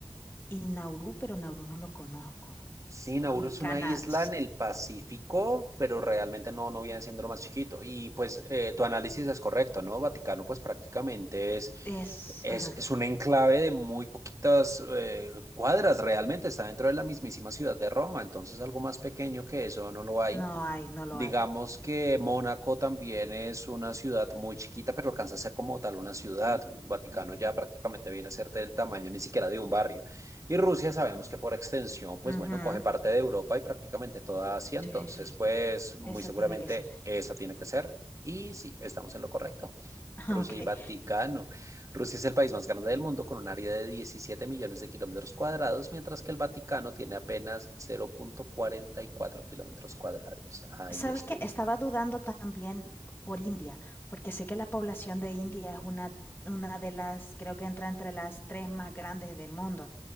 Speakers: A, on the left; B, on the right.
A: y Nauru, pero Nauru no lo conozco.
B: Sí, Nauru
A: Y
B: es
A: Canadá
B: una isla en el Pacífico, pero realmente no, no viene siendo lo más chiquito. Y pues eh, tu análisis es correcto, ¿no? Vaticano pues prácticamente es
A: es...
B: Es,
A: ajá.
B: es un enclave de muy poquitas eh, cuadras, realmente está dentro de la mismísima ciudad de Roma, entonces algo más pequeño que eso no lo hay.
A: No hay, no lo
B: Digamos
A: hay.
B: que Mónaco también es una ciudad muy chiquita, pero alcanza a ser como tal una ciudad. El Vaticano ya prácticamente viene a ser del tamaño ni siquiera de un barrio. Y Rusia sabemos que por extensión, pues
A: Ujú.
B: bueno, coge parte de Europa y prácticamente toda Asia, entonces
A: Sí, sí, sí.
B: pues muy
A: Esa
B: seguramente
A: tiene que ser.
B: esa tiene que ser. Y sí, estamos en lo correcto.
A: <laughs>
B: Rusia
A: Ok.
B: y Vaticano. Rusia es el país más grande del mundo con un área de 17 millones de kilómetros cuadrados, mientras que el Vaticano tiene apenas cero punto cuarenta y cuatro kilómetros cuadrados. Ahí
A: ¿Sabes
B: estuvo.
A: qué? Estaba dudando también por India, porque sé que la población de India es una, una de las, creo que entra entre las tres más grandes del mundo,